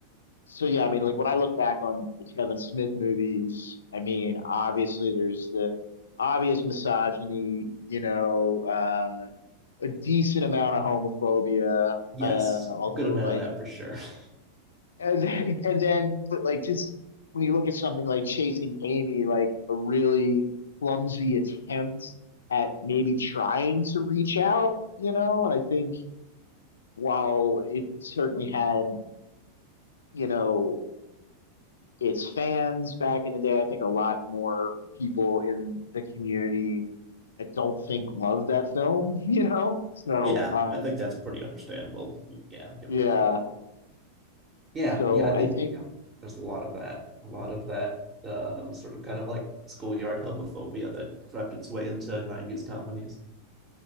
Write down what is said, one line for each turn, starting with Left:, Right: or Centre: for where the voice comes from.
Left: so yeah, I mean like when I look back on the Kevin Smith movies, I mean obviously there's the obvious misogyny, you know, uh a decent amount of homophobia,
Right: Yes,
Left: uh although
Right: a good amount
Left: like
Right: of that for sure. <laughs>
Left: and then, and then but like just when you look at something like Chasing Amy, like a really clumsy attempt at maybe trying to reach out, you know, and I think while it certainly had, you know, its fans back in the day, I think a lot more people in the community I don't think love that film, <laughs> you know? So,
Right: Yeah,
Left: um,
Right: I think that's pretty understandable. Yeah, given
Left: yeah.
Right: the context. Yeah,
Left: So
Right: yeah, I think
Left: I think,
Right: yeah, there's a lot of that, a lot of that um, sort of kind of like schoolyard homophobia that crept its way into 90s comedies.